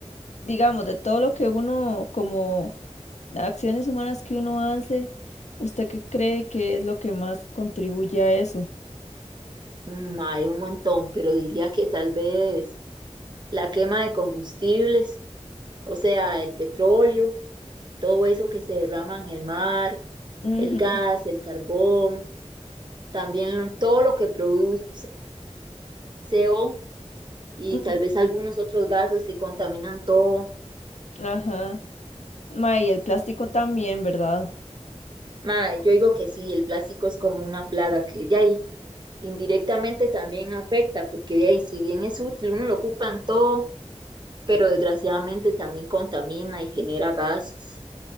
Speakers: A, on the left; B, on the right.
A: digamos, de todo lo que uno, como acciones humanas que uno hace, ¿usted qué cree que es lo que más contribuye a eso?
B: Mm, Mae, un montón, pero diría que tal vez la quema de combustibles, o sea, el petróleo, todo eso que se derrama en el mar,
A: Ujú,
B: el gas, el carbón. También todo lo que produce CO y
A: ujú,
B: tal vez algunos otros gases que contaminan todo.
A: Ajá. Mae, y el plástico también, ¿verdad?
B: Ma, yo digo que sí, el plástico es como una plaga que ya ahí indirectamente también afecta, porque de ahí si bien es útil, uno lo ocupa en todo, pero desgraciadamente también contamina y genera gases.